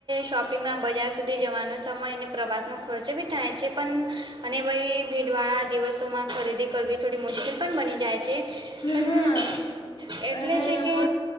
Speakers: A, on the right (about 55°); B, on the left (about 70°).
A: શોપિંગમાં બજાર સુધી જવાનો સમય અને પ્રવાસનો ખર્ચ બી થાય છે પણ અને ભઈ ભીડવાળા દિવસોમાં ખરીદી કરવી થોડી મુશ્કેલ પણ બની જાય છે પણ
B: હા
A: એટલે
B: અને
A: છે કે
B: મો